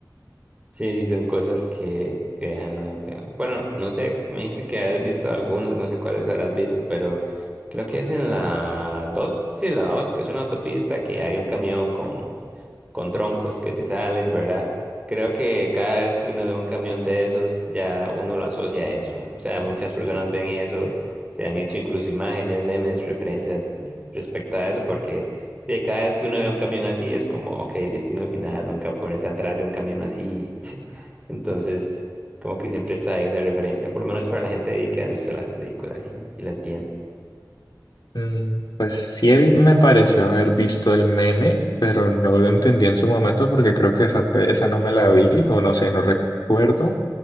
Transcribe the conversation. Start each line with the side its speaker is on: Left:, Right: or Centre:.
Right: Sí, sí, son cosas que, que dejan. a- pero, Bueno, no sé, me dijiste que habías visto algunas, no sé cuáles habrás visto, pero creo que es en la 2. sí, la 2, que es una autopista que hay un camión con con troncos que se salen, ¿verdad? Creo que cada vez que uno ve un camión de esos, ya uno lo asocia a eso. O sea, muchas personas ven eso, se han hecho incluso imágenes, memes, referencias respecto a eso, porque de cada vez que uno ve un camión así es como, ok, destino final, nunca ponerse atrás de un camión así. <laughs> Entonces, como que siempre está ahí esa referencia, por lo menos para la gente ahí que ha visto las películas y, y lo entiende.
Left: Mm, Pues sí él- me pareció haber visto el meme, pero no lo entendí en su momento porque creo que esa, pe- esa no me la vi o no sé, no recuerdo.